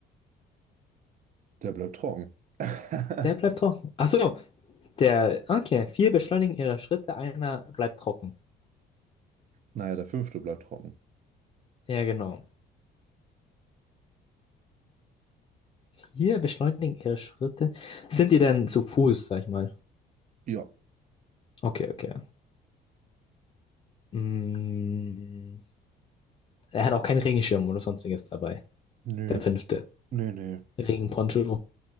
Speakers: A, on the right (about 50°); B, on the left (about 30°).
A: Der bleibt trocken. <laughs>
B: Der bleibt trocken. Ach so, der, okay, vier beschleunigen ihre Schritte, einer bleibt trocken.
A: Naja, der fünfte bleibt trocken.
B: Ja, genau. Vier beschleunigen ihre Schritte. Sind die denn zu Fuß, sag ich mal?
A: Ja.
B: Okay, okay. Mm, er hat auch keinen Regenschirm oder sonstiges dabei.
A: Nee,
B: Der fünfte.
A: nee, nee.
B: Regenponcho.